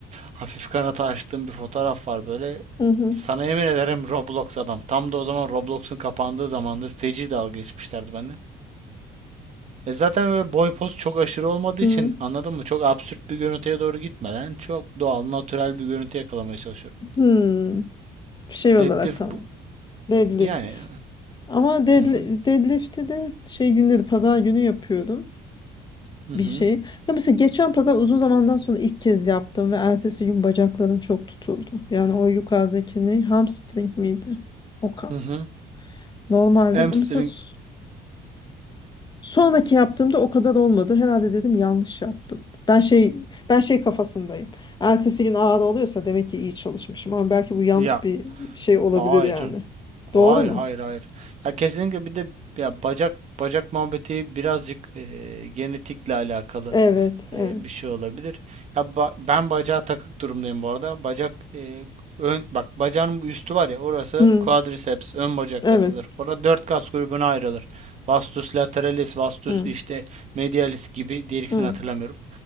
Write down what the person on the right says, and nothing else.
hafif kanata açtığım bir fotoğraf var böyle.
Sana yemin ederim Roblox adam. Tam da o zaman Roblox'un kapandığı zamandır feci dalga geçmişlerdi benimle. E zaten böyle boy poz çok aşırı olmadığı
için anladın mı? Çok absürt bir görüntüye doğru gitmeden çok doğal, natürel bir görüntü yakalamaya çalışıyorum.
Dedif
bu
yani.
Hı hı.
Hı hı.
Hı hı.
Hamstring
ya
Hayır
canım. Hayır
hayır hayır. Ya kesinlikle bir de ya bacak bacak muhabbeti birazcık eee, genetikle alakalı
eee,
bir şey olabilir. Ya ba- ben bacağa takık durumdayım bu arada. Bacak eee, ön bak bacağın bu üstü var ya orası
quadriceps ön bacak
kasıdır. Orada dört kas grubuna ayrılır. Vastus lateralis, vastus
işte medialis gibi diğer ikisini
hatırlamıyorum.